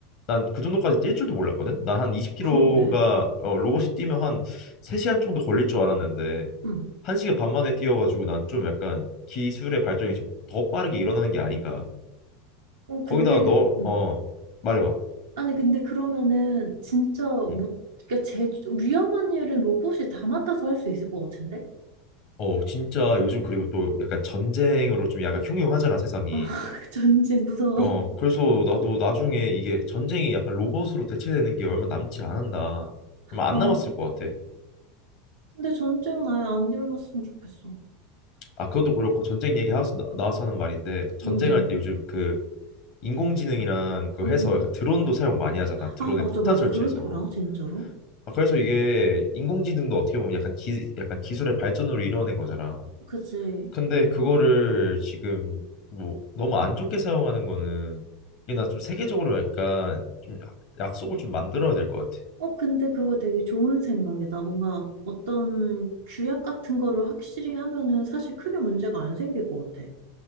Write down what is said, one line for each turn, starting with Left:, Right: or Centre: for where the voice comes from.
Left: 난 그 정도까지 뛸 줄도 몰랐거든. 나 한 20km가
Right: 그러게.
Left: 로봇이 뛰면 한 3시간 정도 걸릴 줄 알았는데
Right: 응.
Left: 1시간 반 만에 뛰어가지고 난 좀 약간 기술의 발전이 좀 더 빠르게 일어나는 게 아닌가.
Right: 어, 근데
Left: 거기다가 너,
Right: 응.
Left: 어, 말해봐.
Right: 아니 근데 그러면은 진짜 못
Left: 음.
Right: 그러니까 제 위험한 일은 로봇이 다 맡아서 할 수 있을 것 같은데?
Left: 어, 진짜 요즘 그리고 또 약간 전쟁으로 좀 약간 흉흉하잖아, 세상이.
Right: 아 <laughs> 전쟁 무서워.
Left: 어, 그래서 나도 나중에 이게 전쟁이 약간 로봇으로 대체되는 게 얼마 남지 않은다. 얼마 안
Right: 어,
Left: 남았을 것 같아.
Right: 근데 전쟁은 아예 안 일어났으면 좋겠어.
Left: 아, 그것도 그렇고 전쟁 얘기 하- 나- 나와서 하는 말인데 전쟁할
Right: 응,
Left: 때 요즘 그 인공지능이랑 그
Right: 응,
Left: 해서
Right: 응.
Left: 약간 드론도 사용 많이 하잖아. 드론에
Right: 아 맞아
Left: 폭탄
Right: 맞아
Left: 설치해서.
Right: 그렇더라 진짜로.
Left: 아, 그래서 이게 인공지능도 어떻게 보면 약간 기, 약간 기술의 발전으로 이뤄낸 거잖아.
Right: 그치.
Left: 근데 그거를 지금 뭐 너무 안 좋게 사용하는 거는 이게 나 좀 세계적으로 약간 좀 약속을 좀 만들어야 될 것 같아.
Right: 어 근데 그거 되게 좋은 생각이다. 뭔가 어떤 규약 같은 거를 확실히 하면은 사실 크게 문제가 안 생길 것 같아.